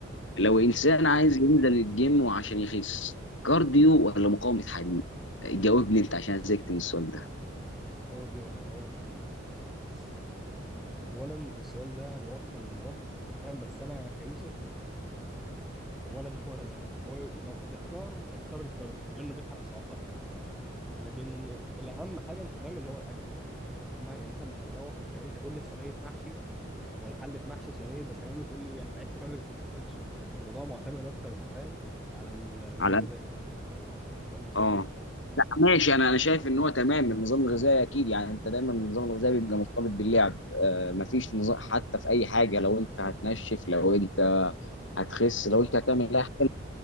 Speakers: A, on the left; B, in the centre.
A: لو
B: مم.
A: انسان عايز ينزل الجيم وعشان يخس كارديو ولا مقاومة حديد جاوبني انت عشان زهقت من السؤال
B: ارضي ولا مكون حديد بص اولا السؤال ده له اكتر من رد انت فاهم بس انا كيوسف ولا ده ولا ده هو لو هتختار اختار الكارب لانه بيحرق سعرات اكتر لكن الاهم حاجه انت فاهم اللي هو الاكل يعني مع- يعني مثلا مش هتروح من التمرين تاكل لي صينيه محشي ولا حله محشي وصينيه بشاميل وتقول لي انا لعبت كارديو بس ما خسيتش الموضوع معتمد اكتر انت فاهم على النظام
A: ده
B: الغذائي ولا انت شايف
A: اه
B: ايه؟
A: لا ماشي انا انا شايف ان هو تمام النظام الغذائي اكيد يعني انت دايما النظام الغذائي بيبقى مرتبط باللعب آه مفيش نظام حتى في اي حاجه لو انت هتنشف لو انت هتخس
B: هتضخم
A: لو انت هتعمل اي حاجه